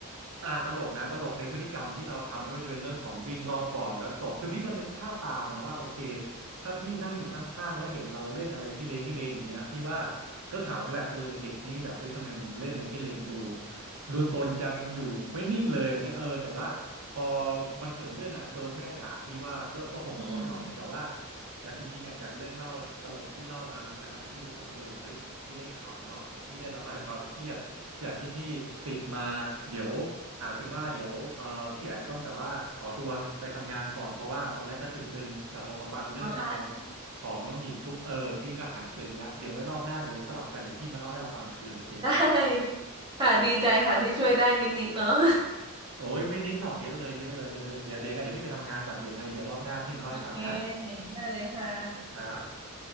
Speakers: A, on the right; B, on the right.
A: อ่าตลกนะตลกในพฤติกรรมที่เราทำไม่ว่าจะเป็นเรื่องของวิ่งรอบบ่อแล้วตกคือพี่ก็นึกภาพตามอะนะว่าโอเคถ้าพี่นั่งอยู่ข้างๆแล้วเห็นเราเล่นอะไรพี่เลนพี่เลนอย่างเงี้ยพี่ว่าก็ขำแหละเออเด็กนี้แบบเอ้ยทำไมมันเล่นอะไรพี่เลนดูดูซนจังอยู่ไม่นิ่งเลยอย่างเงี้ยเออแต่ว่าพอมันเกิดเรื่องอ่ะโดนแม่ด่าพี่ว่าก็ก็คงหัวเราะไม่ออกนะแต่ว่า
B: อืม
A: แต่จริงๆอ่ะจากเรื่องเล่าตลกที่เล่ามามันก็ทำให้พี่รู้สึกว่าเออเฮ้ยพี่ได้ขำเนาะพี่ได้ระบายความเครียด จากที่พี่ติดมาเดี๋ยวอาจเป็นว่าเดี๋ยวเอ่อพี่ไอต้องแบบว่าขอตัวไปทำงานก่อนเพราะว่าตอนแรกก็ตึงๆแต่พอมาฟังเรื่องราว
B: <laughs> โอเค
A: ของน้องหญิงปุ๊บเออพี่ก็หายตึงแล้วเดี๋ยวไว้รอบหน้าเดี๋ยวสลับกันเดี๋ยวพี่มาเล่าให้เราฟังคืนโอเคป่ะ
B: ได้ค่ะดีใจค่ะที่ช่วยได้นิดๆเนาะ
A: โอ้ยไม่นิดหรอกเยอะเลยเยอะเลยเยอะเลยเดี๋ยวเดี๋ยวไงเดี๋ยวพี่ไปทำงานก่อนเดี๋ยวไงเดี๋ยวรอบหน้าพี่มาเล่าให้ฟังนะ
B: โอเคได้เลยค่ะ
A: ครับ